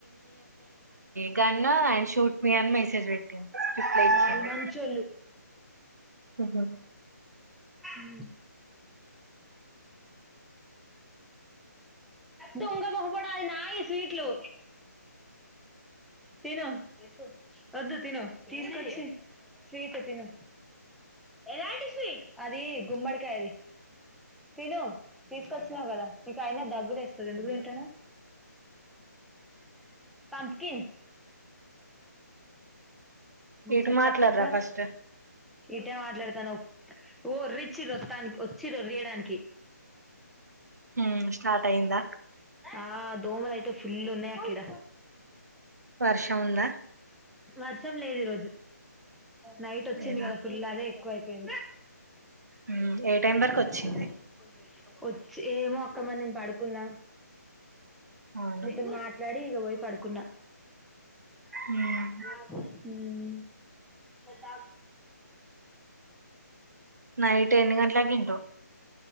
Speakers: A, on the right; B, in the centre.
A: కన్నా ఐష్ తూట్ మీ అని మెసేజ్ వెట్టింది రిప్లై ఇచ్చింది
B: వాళ్ళు మంచోళ్ళు
A: మ్మ్ హ్మ్
B: మ్మ్ దొంగముఖప అది నాయి స్వీట్లు తిను వద్దు తను తీసుకొచ్చి స్వీట్ తను ఎలాంటి స్వీట్ అది గుమ్మడికాయది తిను తీసుకొచ్చినవ్ కదా నీక అయినా దగ్గురేస్తంది ఎందుకు తింటన్నావ్ పంప్కిన్
A: ఇటు
B: చెప్పక్క
A: మాట్లాడరా
B: ఇంకా
A: ఫస్ట్
B: ఇటే మాట్లాడతాను ఓ ర్రిచ్చిరత్తానికి వచ్చిర రయడానికి
A: హమ్ స్టార్ట్ అయ్యంద
B: ఆ దోమల అయితే ఫుల్ ఉన్నాయి అక్కిడ
A: వర్షం ఉంద
B: వర్షం లేదు ఈ రోజు నైట్ వచ్చింది
A: లేదా
B: గద ఫుల్ అదే ఎక్కువై ఎ
A: ఉమ్ ఏ
B: ఎంత ఉంట <unintelligible>
A: టైం వరకు వచ్చింది
B: వచ్చి ఏమో అక్క మరి నేను పడుకున్న
A: అవును
B: మీతో మాట్లాడి ఇగ పోయి పడుకున్న
A: హమ్
B: హమ్ ద్ద
A: నైట్ ఎన్ని గంటలకి తింటవ్